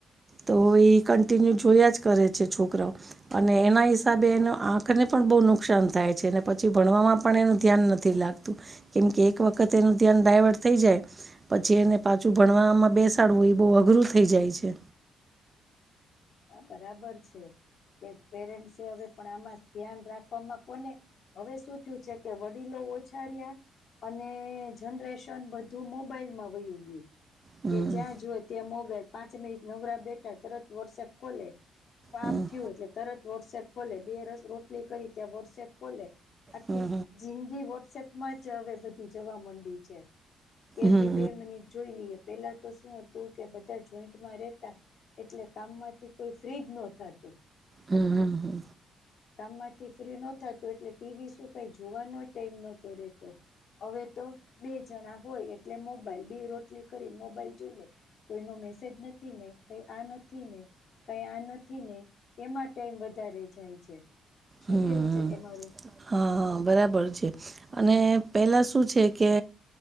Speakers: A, on the right; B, on the left.
A: તો એ કન્ટિન્યુ જોયા જ કરે છે છોકરાઓ અન અને એના હિસાબે એ આંખને પણ બહુ નુકસાન થાય છે, અનેને પછી ભણવામાં પણ એનું ધ્યાન નથી લાગતું. કેમકે એક વખત એનું ધ્યાન ડાયવર્ટ થઈ જાય પછી એને પાછું ભણમાં બેસાડું બહું અઘરું થઈ જાય છે.
B: હા બરાબર છે. કે પેરેન્ટસે હવે પણ આમાં ધ્યાન રાખવામાં કોને હવે શું થયું છે, કે વડીલો ઓછા રયા. અને જનરેશન બધું મોબાઈલમાં વય ઉ ગયું
A: હમ
B: કેજ્યા જોવે ત્યાં મોબાઈલ પાંચ મિનિટ નવરા બેઠા તરત વોટ્સઅપ ખોલે પામ
A: હમ
B: થયું એટલે તરત વોટ્સએપ ખોલે બે રસ રોટલી કરી ત્યાં વોટ્સએપ ખોલે આખી
A: હમ
B: જિંદગી વોટ્સએપમાં જ હવે બધી જવા માંડી છે. કે
A: હમ હમ હમ હમ
B: ભી બે મિનિટ જોઈ લઈએ. પેલા તો શું હતું કે બધા જોઈન્ટમાં રેતા એટલે કામમાં કે કોઈ ફ્ર્રી જ નો થાતું.
A: હમ હમ હમ
B: કામમાંથી ફ્રી નો થાતું એટલે ટીવી શું કઈ, જોવાનો ટાઈમ નતો રેતો. હવે તો બે જણા હોય એટલે મોબાઈલ બે રોટલી કરીને મોબાઈલ જોઈ લે. કોઈનો મેસેજ નથી ને કઈ આ નથી ને કઈ આ નથી ને એમાં ટાઈમ વધારે જાય છે, શું
A: હમ
B: કેવું છે તમારુ
A: હા બરાબર છે અને પેલા શું છે, કે